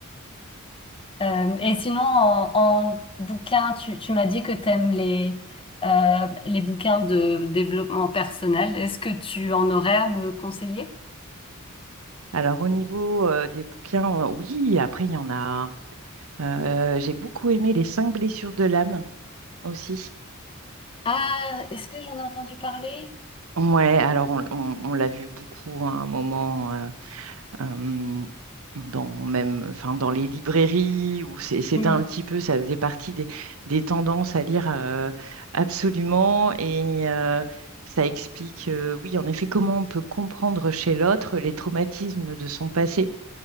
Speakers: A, on the left; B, on the right.
A: Euh, et sinon, en, en bouquin, tu, tu m'as dit que tu aimes les, euh, les bouquins de développement personnel. Est-ce que tu en aurais à me conseiller?
B: Alors au niveau euh, des bouquins, euh, oui, après il y en a... Euh, j'ai beaucoup aimé Les cinq blessures de l'âme aussi.
A: Ah, est-ce que j'en ai entendu parler?
B: Ouais, alors on, on- on l'a vu beaucoup à un moment. euh, euh, dans même, enfin, dans les librairies, où c'est- c'était
A: Hmm,
B: un petit peu, ça faisait partie des, des tendances à lire euh, absolument. Et euh, ça explique, euh, oui, en effet, comment on peut comprendre chez l'autre les traumatismes de son passé.